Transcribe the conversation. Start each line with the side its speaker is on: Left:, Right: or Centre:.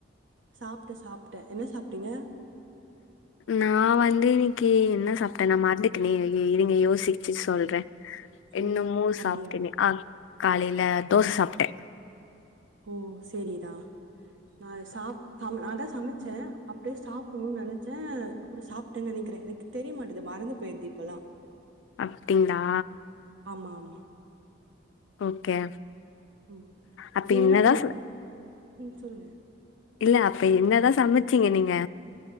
Right: சாப்ட சாப்ட என்ன சாப்டீங்க
Left: நா வந்து இன்னிக்கு என்ன சாப்டேனா நா மறந்துட்டனே ஐயோ இருங்க யோசிச்சு சொல்ற என்னமோ
Right: ம் அப்டியா
Left: சாப்டனே ஆ காலைல தோச சாப்ட
Right: ஓ சேரிதா நா சாப் தமிழ் நாதா சமச்ச அப்டியே சாப்புணுன் நெனச்ச அப்புறோ சாப்டன் நெனைக்கிற எனக்கு தெரிய மாட்டது மறந்து போயிருது இப்பல்லா
Left: அப்டிங்களா
Right: ஆமா ஆமா
Left: ஓகே
Right: ம்
Left: அப்ப
Right: நீ
Left: என்னதா
Right: என்ன பண்ணிட்டு ம் சொல்லுங்க
Left: இல்ல அப்ப என்னதா சமச்சீங்க நீங்க